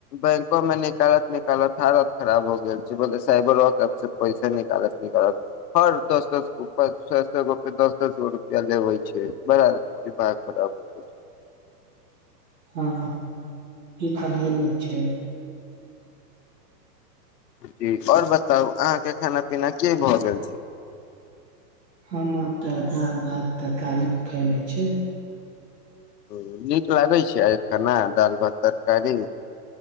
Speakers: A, on the left (about 80°); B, on the right (about 85°).
A: बैंको मे निकालत निकालत हालत खराब हो गेल छै बोले साइबरो कैफ से पैसे निकालत निकालत हर दस दस बु सौ सौ गो पे दस दस गो रुपआ लेवे छै बड़ा दिमाग खराब हो छै <inaudible>
B: हँ ई तऽ लेने छै
A: जी आओर बताउ अहाँ के खाना पीना के भए गेल छै
B: खाना तऽ दाल भात तरकारी खैले छै
A: ह नीक लागै छै आइ खाना दालि भात तरकारी